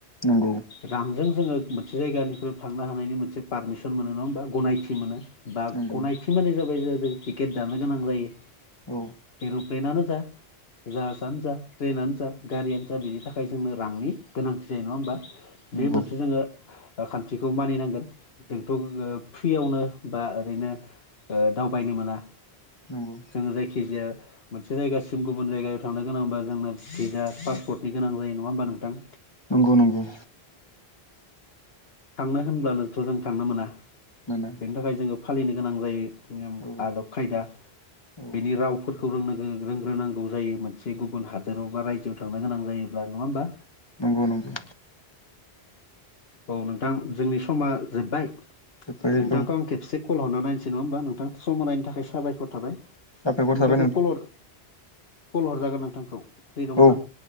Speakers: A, on the left; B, on the left.
A: नंगौ
B: रांजों जोङो मोनसे जायगानिफ्राय थांनो हानायनि मोनसे पारमिसन मोनो नङा होमबा गनायथि मोनो। बा
A: नंगौ
B: गनायथि मानि जाबाय जों जों टिकेट दानो गोनां जायो।
A: औ
B: एरप्लेनानो जा जाहसानो जा। ट्रेनानो जा गारियानो जा बेनि थाखाय जोंनो रांनि गोनांथि जायो नङा होमबा।
A: नंगौ
B: बे मोनसे जोङो खान्थिखौ मानिनांगोन जोंथ' फ्रियावनो बा ओरैनो दावबायनो मोना
A: नंगौ
B: जोङो जायखिजाया मोनसे जायगासिम गुबुन जायगायाव थांनो गोनांबा जोंनो भिजा पासपर्टनि गोनां जायो नङा होमबा नोंथां?
A: नंगौ नंगौ।
B: थांनो होनब्लानोथ' जों थांनो मोना
A: मोना।
B: बेनि थाखाय जोङो फालिनो गोनां जायो
A: औ
B: आदब खायदा
A: औ
B: बेनि रावफोर खौ रोंनांगो रोंग्रोनांगौ जायो मोनसे गुबुन हादोराव बा रायजोआव थांनो गोनां जायोब्ला नङा होमबा?
A: नंगौ नंगौ।
B: औ नोंथां जोंनि समा जोब्बाय
A: जोबोरै
B: नोंथांखौ
A: औ
B: आं खेबसे कल हरना नायनोसै नङा होमबा नोंथां समावानायनि थाखाय साबायखर थाबाय।
A: साबायखर
B: नोंथांखौ
A: थाबाय
B: कल हर कल हरजागोन नोंथांखौ फ्रि दंब्ला
A: औ